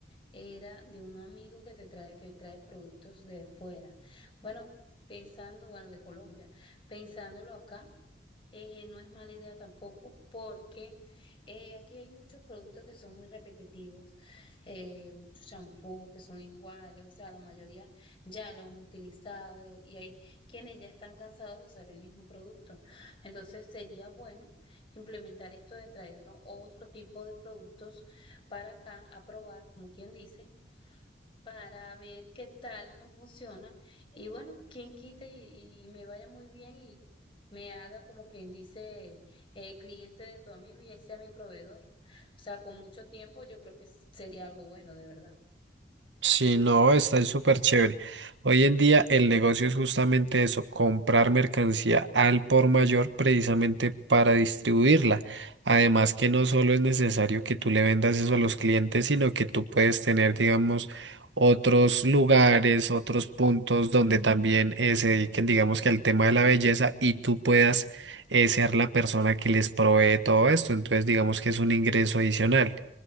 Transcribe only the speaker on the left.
era de un amigo que te trae, que trae productos de fuera. Bueno, pensando, bueno, de Colombia, pensándolo acá eh, no es mala idea tampoco porque eh, aquí hay muchos productos que son muy repetitivos, eh, muchos champús que son iguales, o sea, la mayoría ya lo han utilizado y y hay quienes ya están cansados de usar el mismo producto. Entonces sería bueno implementar esto de traernos otro tipo de productos para acá a probar, como quien dice para ver qué tal no funciona. Y bueno, quien quite y, y me vaya muy bien y me haga como quien dice eh, cliente de tu amigo y él sea mi proveedor. O sea, con mucho tiempo yo creo que sería algo bueno, de verdad.